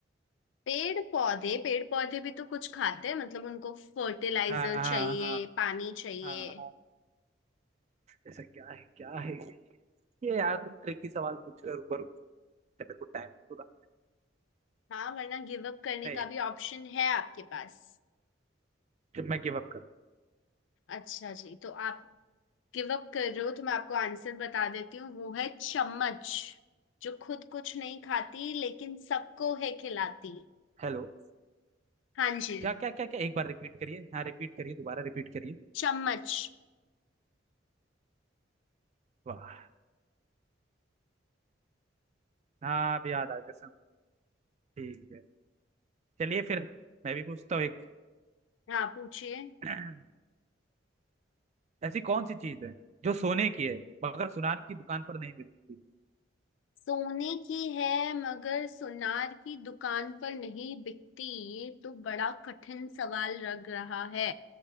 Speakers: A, on the left (about 85°); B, on the right (about 35°).
A: पेड़ पौधे पेड़ पौधे भी तो कुछ खाते हैं मतलब उनको फर्टिलाइजर
B: हाँ हाँ
A: चाहिए
B: हाँ
A: पानी चाहिए
B: हाँ हाँ ऐसा क्या है क्या है ये यार तुम ट्रिकी सवाल पूछ रहे हो रुको रुको रुको। मेरे को टाइम पूरा
A: हाँ वरना गिव अप करने
B: नहीं
A: का भी ऑप्शन है आपके पास
B: जब मैं गिव अप कर
A: अच्छा जी तो आप गिव अप कर रहे हो तो मैं आपको आंसर बता देती हूँ वो है चम्मच जो खुद कुछ नहीं खाती लेकिन सबको है खिलाती
B: हेलो
A: हाँ जी
B: क्या क्या क्या क्या एक बार रिपीट करिए हाँ रिपीट करिए दोबारा रिपीट करिए
A: चम्मच
B: वाह हाँ अब याद आ गया समझ ठीक है चलिए फिर मैं भी पूछता हूँ एक
A: हाँ पूछिए
B: <clears throat> ऐसी कौन सी चीज है जो सोने की है मगर सुनार की दुकान पर नहीं मिलती
A: सोने की है मगर सुनार की दुकान पर नहीं बिकती ये तो बड़ा कठिन सवाल लग रहा है